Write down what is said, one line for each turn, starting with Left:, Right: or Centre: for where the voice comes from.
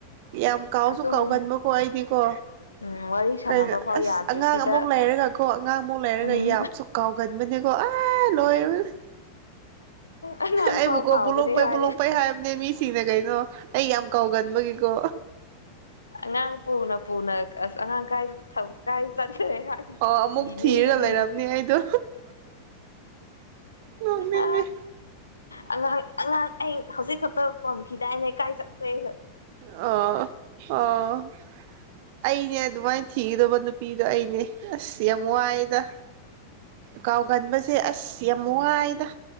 Right: ꯌꯥꯝ ꯀꯥꯎꯁꯨ
Left: ꯑꯗꯨꯝ
Right: ꯀꯥꯎꯒꯟꯕꯀꯣ ꯑꯩꯗꯤꯀꯣ
Left: ꯎꯝ ꯋꯥꯔꯤ ꯁꯥꯟꯅꯕ
Right: ꯀꯩꯅꯣ
Left: ꯐꯥꯎ ꯌꯥꯗ꯭ꯔꯤ
Right: ꯑꯁ ꯑꯉꯥꯡ
Left: ꯁꯤꯗ
Right: ꯑꯃꯨꯛ ꯂꯩꯔꯒꯀꯣ ꯑꯉꯥꯡꯃꯨꯛ ꯂꯩꯔꯒ
Left: ꯎꯝ
Right: ꯌꯥꯝꯁꯨ ꯀꯥꯎꯒꯟꯕꯅꯦꯀꯣ ꯑꯁ ꯂꯣꯏ
Left: ꯑꯉꯥꯡ
Right: ꯑꯩꯕꯨꯀꯣ
Left: ꯐꯥꯎ ꯀꯥꯎꯈ꯭ꯔꯦ
Right: ꯕꯨꯂꯣꯡꯄꯩ
Left: ꯍꯥꯏ
Right: ꯕꯨꯂꯣꯡꯄꯩ ꯍꯥꯏꯕꯅꯦ ꯃꯤꯁꯤꯡꯅ ꯀꯩ ꯑꯩ ꯌꯥꯝ ꯀꯥꯎꯒꯟꯕꯒꯤꯀꯣ
Left: ꯉꯥꯡ ꯄꯨꯅ ꯄꯨꯅ ꯑꯁ ꯑꯉꯥꯡ ꯀꯥꯏ ꯊꯧꯒꯥꯏꯖꯈꯦ ꯍ
Right: ꯑꯣ ꯑꯃꯨꯛ
Left: ꯊꯤꯅꯤ
Right: ꯊꯤꯔꯒ
Left: ꯍꯥꯏ
Right: ꯂꯩꯔꯝꯅꯤ ꯑꯩꯗꯣ ꯅꯣꯛꯅꯤꯡꯉꯦ
Left: ꯑ ꯑꯉꯥꯡ ꯑꯩ ꯍꯧꯖꯤꯛ ꯈꯛꯇ ꯄꯝꯈꯤꯗꯏꯅ ꯀꯥꯏ ꯊꯅꯦ
Right: ꯑꯣ ꯑꯣ ꯑꯩꯅꯦ ꯑꯗꯨꯃꯥꯏꯅ ꯊꯤꯒꯗꯕ ꯅꯨꯄꯤꯗꯣ ꯑꯩꯅꯦ ꯑꯁ ꯌꯥꯝꯃ ꯋꯥꯏꯗ ꯀꯥꯎ ꯀꯟꯕꯁꯦ ꯑꯁ ꯌꯥꯝꯏꯗ